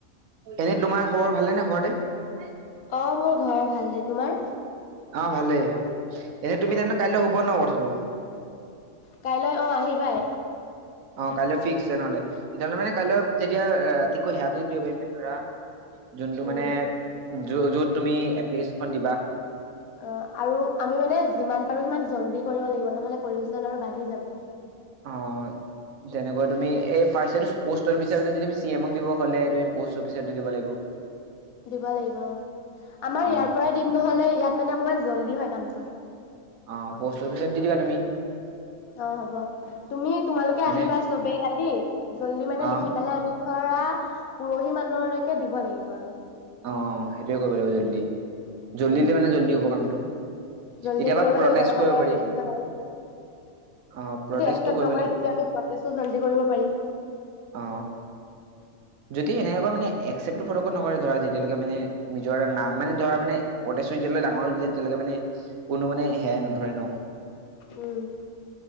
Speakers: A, on the right; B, on the left.
A: এনেই তোমাৰ খবৰ ভালেনে ঘৰত। <unintelligible>
B: অ মোৰ ঘৰত ভাল দেই, তোমাৰ?
A: অ ভালেই। এনেই তুমি
B: অ
A: তেন্তে কাইলৈ হব ন কথাটো। বো <unintelligible>
B: কাইলৈ অ আহিবায়েই।
A: অ, কাইলৈ ফিক্স তেনেহ'লে। তেতিয়াহ'লে মানে কাইলৈ তেতিয়া <unintelligible> তিকো হেতিকো দিব পাৰিম ধৰা <unintelligible> যোনটো
B: উম
A: মানে-। য'ত তুমি এপ্লিকেশ্যনখন দিবা।
B: অ, আৰু আমি মানে যিমান পাৰো সিমান জল্দি- কৰিব লাগিব নহলে পলোচন আৰু বাঢ়ি যাব।
A: অ তেনেক তুমি ফাৰ্ষ্ট ইয়াৰটো পৌষ্ট দিব তুমি চি এম দিব হ'লে পৌষ্ট অফিচ দিব লাগিব।
B: দিব লাগিব, আমাৰ
A: অ
B: ইয়াৰ পৰাই দিম নহলে, ইয়াত-। মানে অকমান জল্দি হয় কামটো।
A: অহ, পোষ্ট অফিচত দি দিবা তুমি।
B: অ হ'ব, তোমালোকে
A: সেনে
B: আহিবা চবে কালি। জল্দি মানে
A: অ
B: লিখি পেলে আমি। ধৰা পৰহি মানহলৈকে দিব লাগিব আৰু।
A: অ সেইটোৱে কৰিব লাগিব জল্দি। জল্দি
B: উম
A: দিলে মানে জল্দি হ'ব কামটো
B: জলদি
A: তেতিয়াবা
B: কৰিব
A: প্ৰটেষ্ট
B: লাগিব নহলে,
A: কৰিব পাৰি
B: যদি
A: অ প্ৰটেষ্টটো
B: একচেপ
A: কৰিব
B: নকৰে
A: লাগিব
B: প্ৰচেছ ও জলি কৰিব পাৰিম।
A: অ যদি এনেকুৱা মানে একেপ্টটো ফৰক নকৰে ধৰা যেতিয়ালৈকে মানে নিজৰ এটা নাম। মানে ধৰা মানে অদী যেতিয়ালৈ ডাঙৰ হৈনে যায় তেতিয়ালৈকে মানে কোনো মানে সেয়াই নধৰে ন।
B: উম